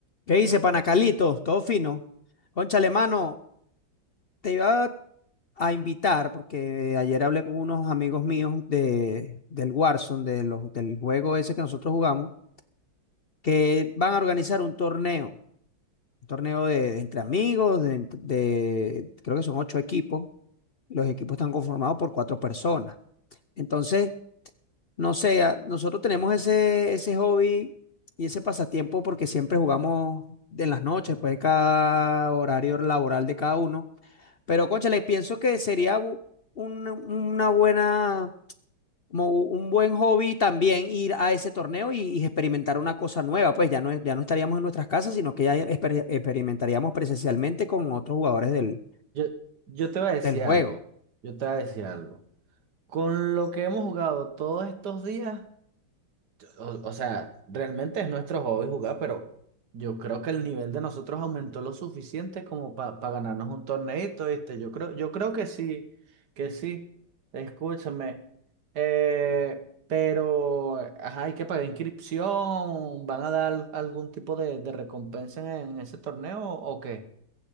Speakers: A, on the left; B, on the right.
A: ¿Qué dice, Panacalito? Todo fino. Cónchale mano, te iba a invitar porque ayer hablé con unos amigos míos de, del Warzone, de los, del juego ese que nosotros jugamos, que van a organizar un torneo, un torneo de, de entre amigos, de, ent- de- creo que son ocho equipos. Los equipos están conformados por cuatro personas. Entonces, No sé, a- nosotros tenemos ese, ese hobby y ese pasatiempo porque siempre jugamos en las noches, pues cada horario laboral de cada uno. Pero, cónchale, pienso que sería bu- un- una buena, como un buen hobby también ir a ese torneo y, y experimentar una cosa nueva. Pues ya no, es- ya no estaríamos en nuestras casas, sino que ya exper- experimentaríamos presencialmente con otros jugadores del,
B: Yo, yo te voy a decir
A: del juego.
B: algo, yo te voy a decir algo. Con lo que hemos jugado todos estos días, o, o sea, realmente es nuestro hobby jugar, pero yo creo que el nivel de nosotros aumentó lo suficiente como para ganarnos un torneito, ¿viste? Yo creo, yo creo que sí, que sí. Escúchame. eh, pero, ajá, hay que pagar inscripción, ¿van a dar algún tipo de, de recompensa en, en ese torneo o qué?